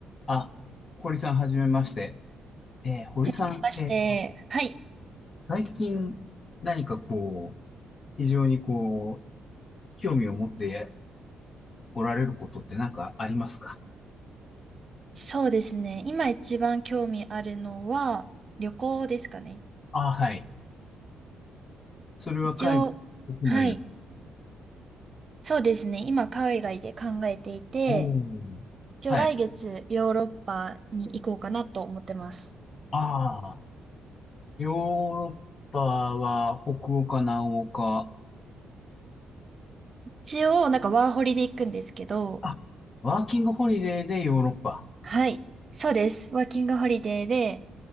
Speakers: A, on the left; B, on the right.
A: あ、堀さん、はじめまして。えー堀さん、
B: へえまして、
A: えー
B: はい。
A: 最近何かこう、非常にこう、興味を持っておられることって何かありますか
B: そうですね。今一番興味あるのは旅行ですかね。
A: あ、はい。それは海外、
B: 一応、
A: 国内。
B: はい。そうですね。今海外で考えていて、
A: おー。
B: 一応来月ヨーロッパに行こうかなと思ってます。
A: はい。ああ、ヨーロッパは北欧か南欧か。
B: 一応なんかワーホリで行くんですけど、
A: あ、ワーキングホリデーでヨーロッパ。
B: はい。そうです。ワーキングホリデーで、